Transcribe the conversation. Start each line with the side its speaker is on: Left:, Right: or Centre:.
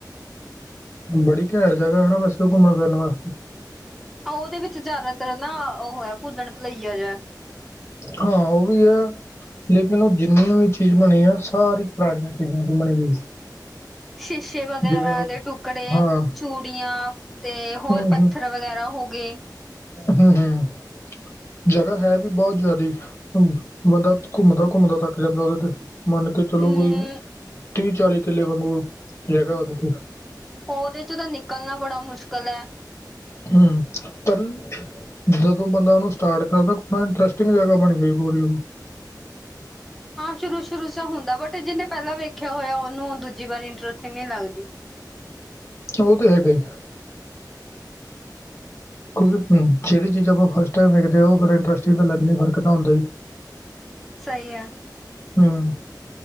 Left: ਬੜੀ ਘੈਟ ਜਗ੍ਹਾ ਹਨਾ ਵੈਸੇ ਓ ਘੁੰਮਣ ਫਿਰਨ ਵਾਸਤੇ
Centre: ਅ ਉਹਦੇ ਵਿੱਚ ਜ਼ਿਆਦਾਤਰ ਨਾ, ਉਹ ਇਆ ਭੁੱਲਣ ਭੁਲਈਆ ਜਿਆ।
Left: ਹਾਂ, ਉਹ ਵੀ ਆ ਲੇਕਿਨ ਉਹ ਜਿੰਨੀਆਂ ਵੀ ਚੀਜ਼ ਬਣੀ ਆ ਸਾਰੀ ਪੁਰਾਣੀਆਂ ਚੀਜ਼ਾਂ ਤੋਂ ਬਣੀ ਹੋਈ।
Centre: ਸ਼ੀਸ਼ੇ ਵਗੈਰਾ
Left: ਜਿਵੇਂ ਉਹ
Centre: ਦੇ ਟੁਕੜੇ,
Left: ਹਾਂ
Centre: ਚੂੜੀਆਂ ਤੇ ਹੋਰ
Left: ਹੂੰ
Centre: ਪੱਥਰ
Left: ਹੂੰ
Centre: ਵਗੈਰਾ ਹੋ ਗਏ
Left: ਹੂੰ ਹਮਮ। ਜਗ੍ਹਾ ਹੈ ਵੀ ਬਹੁਤ ਜ਼ਿਆਦੀ। ਬੰਦਾ ਘੁੰਮਦਾ-ਘੁੰਮਦਾ ਥੰਕ ਜਾਂਦਾ ਉਹਦੇ ਤੇ। ਮੰਨ ਕੇ ਚਲੋ
Centre: ਹਮ
Left: ਕੋਈ ਤੀਹ ਚਾਲੀ ਕਿੱਲੇ ਬ ਜਗਾਾ ਉਹਦੇਤੇ
Centre: ਉਹਹਦੇ ਚ ਤਾਂ ਨਿਕਲਣਾ ਬੜਾ ਮੁਸ਼ਕਿਲ ਹੈ।
Left: ਹੂੰ ਪਰ ਜਦੋਂ ਬੰਦਾ ਉਹਨੂੰ ਸਟਾਰਟ ਕਰਦਾ, ਇੰਟਰਸਟਿੰਗ ਜਗ੍ਹਾ ਬਣ ਗਈ ਪੋਰੀ।
Centre: ਸ਼ੁਰੂ-ਸ਼ੁਰੂ ਚ ਹੁੰਦਾ ਬਟ ਜਿਹਨੇ ਪਹਿਲਾਂ ਵੇਖਿਆ ਹੋਇਆ, ਉਹਨੂੰ ਦੂਜੀ ਵਾਰੀ ਇੰਟਰਸਟਿੰਗ ਨੀ ਲੱਗਦੀ।
Left: ਉਹ ਤੇ ਹੈਗਾ ਹੀ। ਕਿਉਂਕਿ ਜਿਹੜੀ ਚੀਜਾਂ ਆਪਾਂ ਫਸਟ ਟਾਈਮ ਵੇਖਦੇ ਹੋ। ਉਹ ਫਿਰ ਇੰਟਰਸਟਿੰਗ ਤਾਂ ਲੱਗਣੀ ਫਰਕ ਤਾਂ ਹੁੰਦਾਈ
Centre: ਸਹੀ ਐ।
Left: ਹੂੰ,